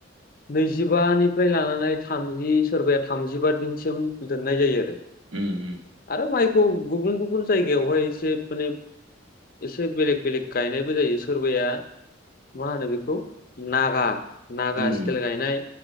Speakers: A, on the left (about 45°); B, on the right (about 80°).
A: नैजिबानिफ्राय लानानै थामजि सोरबाया थामजिबा दिनसिम दोननाय जायो आरो।
B: उम उम
A: आरो माइखौ गुबुन गुबुन जायगायावहाय एसे माने एसे बेलेग बेलेग गायनायबो जायो। सोरबाया मा होनो बेखौ नागा नागा
B: उम
A: सिटेल गायनाय